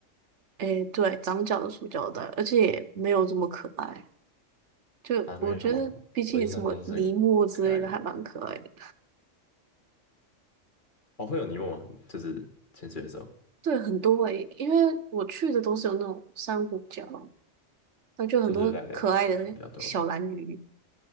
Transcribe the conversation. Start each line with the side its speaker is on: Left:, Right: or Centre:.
Right: 诶，对，长角的塑胶袋，而且也没有这么可爱。就我觉得，
Left: 啊，没有吗？
Right: 比起什么尼莫之类的，
Left: 我印象中是很可爱的。
Right: 还蛮可爱的。
Left: 哦，会有泥膜吗？就是潜水的时候，
Right: 对，很多诶，因为我去的都是有那种珊瑚礁。然后就有很多可爱的小蓝鱼，
Left: 就是热带的比较比较多。